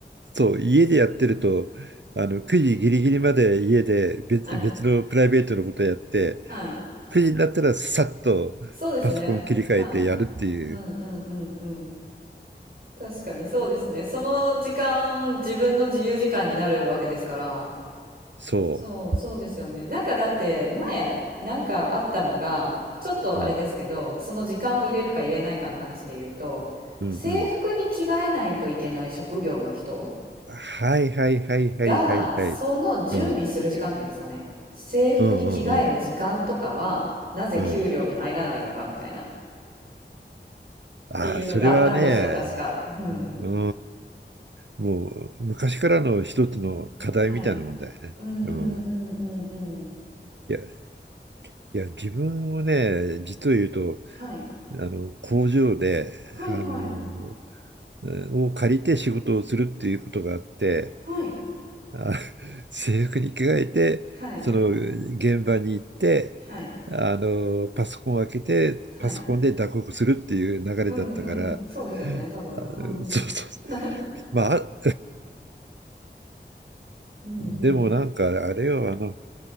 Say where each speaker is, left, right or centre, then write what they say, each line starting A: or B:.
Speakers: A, on the right (about 80°); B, on the right (about 55°).
A: そう、家でやってると、あの9時ギリギリまで家で別、
B: はい。
A: 別のプライベートのことをやって、
B: はい。
A: 9時になったらさっとパソコン切り替えてやるっていう、
B: そうですね。はい。うんうんうんうん。確かにそうですね。その時間、自分の自由時間になるわけですから。
A: そ
B: そう、そうですよね。なんかだって前なんかあったのがちょっとあれですけどその時間を入れるか入れないかの話で言うと制服に着替えないといけない職業の人
A: う。うん、うん、うん。はいはいはいはいはいはい。
B: がその準備する時間っていうんですかね制服に着替える時間とかはなぜ給料に入らないのかみたいなっ
A: うん、うん、うん、うん。うんああ、
B: ていうのがあったまんですよね確か。
A: それはね、
B: うん、
A: うん、もう昔からの一つの課題みたいなもんだよね。
B: はい、うんうんうんうんうん
A: うん、いや、いや、自分もね、実を言うと、
B: はい
A: あの工場で、
B: はいはい
A: あの、うんを借りて仕事をするっていうことがあって、
B: はい
A: あ、制服に着替えて、
B: はい
A: その現場に行って、
B: はい。
A: あの、パソコンを開けて、
B: はい
A: パソコンで打刻するっていう流れだったから、
B: うんうん、そうですよね、多分。
A: あそうそう。
B: うん。<laughs>
A: まあ、あ
B: うんうん。
A: でもなんかあれよ、あの、